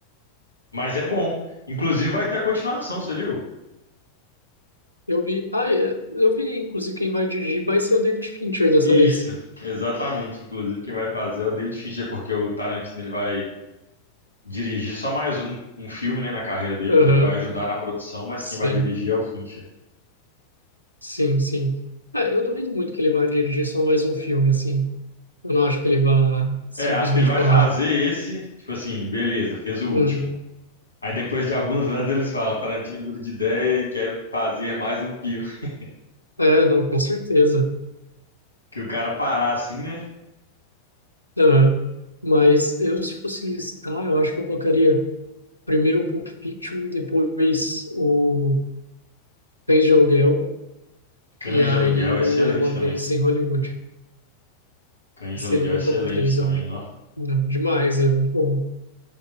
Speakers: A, on the left; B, on the right.
A: Mas é bom. Inclusive vai ter a continuação, você viu?
B: Eu vi. Ah, é, eu vi, inclusive, quem vai dirigir vai ser o David Fincher dessa
A: E
B: vez.
A: isso, exatamente. Inclusive quem vai fazer é o David Fincher, porque o Tarantino ele vai dirigir só mais um, um filme, né, na carreira dele,
B: Aham.
A: então ele vai ajudar na produção, mas
B: Sim.
A: quem vai dirigir é o Fincher.
B: Sim, sim. É, eu duvido muito que ele vai dirigir só mais um filme, assim. Eu não acho que ele vá simplesmente
A: É, acho que ele vai
B: parar.
A: fazer esse, tipo assim, beleza, fez o último.
B: Hum.
A: Aí depois de alguns anos eles falam, Tarantino muda de ideia e quer fazer mais um filme. <laughs>
B: É, não, com certeza.
A: Que o cara parar assim, né?
B: Aham. Mas eu, se fosse listar, eu acho que eu colocaria primeiro o Pulp Fiction, depois o Cães de Aluguel,
A: Cães
B: e aí
A: de Aluguel
B: o
A: é excelente
B: Era Uma
A: também.
B: Vez em Hollywood.
A: Cães
B: Esse
A: de Aluguel
B: Seria o meu
A: é excelente
B: top 3,
A: também,
B: eu acho.
A: ó.
B: Não, demais, é muito bom.